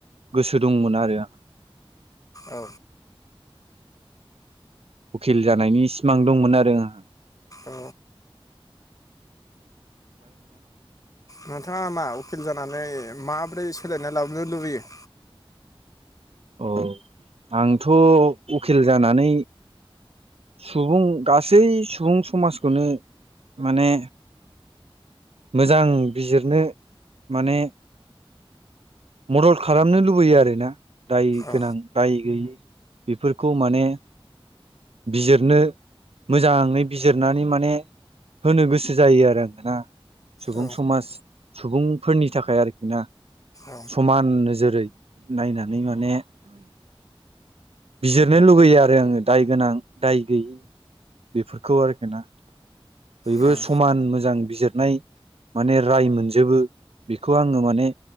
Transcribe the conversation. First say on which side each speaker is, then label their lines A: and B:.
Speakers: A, on the right; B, on the left.
A: गोसो दंमोन आरो
B: औ
A: उखिल जानायनि सिमां दंमोन आरो आं
B: औ नोंथाङा मा उकिल जानानै माब्रै सोलायनाय लाबोनो लुबैयो?
A: औ आं थ' उखिल जानानै सुबुं गासै सुबुं समाजखौनो माने मोजां बिजिरनो माने मदद खालामनो लुबैयो आरोना दाय
B: औ
A: गोनां दाय गैयि बेफोरखौ माने बिजिरनो मोजाङै बिजिरनानै माने होनो गोसो जायो आरो आङोना सुबुं
B: औ
A: समाज सुबुंफोरनि थाखाय आरोखि ना
B: औ
A: समान नोजोरै नायनानै माने बिजिरनो लुुबैयो आरो आङो दाय गोनां दाय गैयि बेफोरखौ आरोखि ना बयबो
B: उम
A: समान मोजां बिजिरनाय माने राय मोनजोबो बेखौ आङो माने